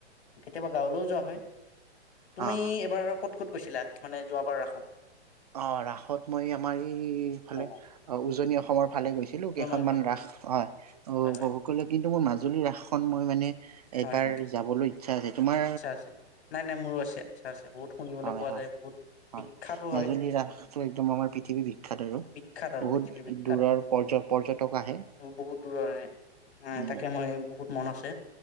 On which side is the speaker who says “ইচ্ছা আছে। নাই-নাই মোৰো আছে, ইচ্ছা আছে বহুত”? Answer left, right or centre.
Left